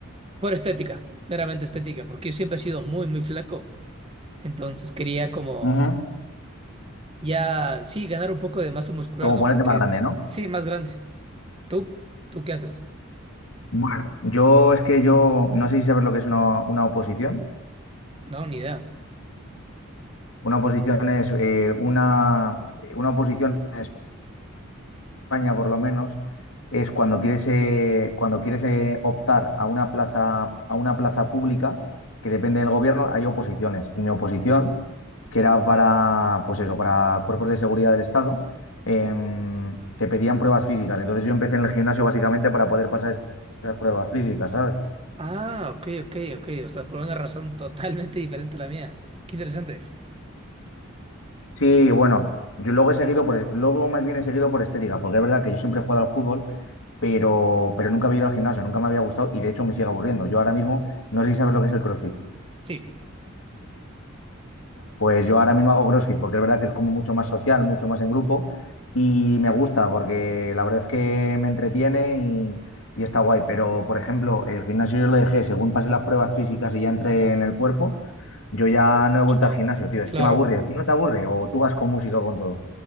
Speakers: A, on the right; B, on the left.
A: Por estética, meramente estética, porque yo siempre he sido muy, muy flaco. Entonces quería como
B: Ujú.
A: ya, sí, ganar un poco de masa muscular,
B: Como
A: ¿no?
B: ponerte
A: Porque
B: más grande, ¿no?
A: sí, más grande. ¿Tú? ¿Tú qué haces?
B: Bueno, yo es que yo no sé si sabes lo que es una, una oposición.
A: No, ni idea.
B: Una oposición es eh, una, una oposición en España, por lo menos, es cuando quieres, eh, cuando quieres eh, optar a una plaza, a una plaza pública que depende del gobierno, hay oposiciones. Y mi oposición que era para, pues eso, para cuerpos de seguridad del Estado, em, te pedían pruebas físicas. Entonces yo empecé en el gimnasio básicamente para poder pasar es- esas pruebas físicas, ¿sabes?
A: Ah, ok, ok, ok. O sea, por una razón <laughs> totalmente diferente a la mía. Qué interesante.
B: Sí, bueno, yo luego he seguido por, luego más bien he seguido por estética, porque es verdad que yo siempre he jugado al fútbol, pero, pero nunca había ido al gimnasio, nunca me había gustado y de hecho me sigue aburriendo. Yo ahora mismo no sé si sabes lo que es el CrossFit.
A: Sí.
B: Pues yo ahora mismo hago CrossFit porque es verdad que es como mucho más social, mucho más en grupo y me gusta porque la verdad es que me entretiene y, y está guay. Pero, por ejemplo, el gimnasio yo lo dejé según pasé las pruebas físicas y ya entré en el cuerpo, yo ya no he vuelto
A: Chao.
B: al gimnasio, tío. Es
A: Claro.
B: que me aburre. ¿A ti no te aburre? ¿O tú vas con música o con todo?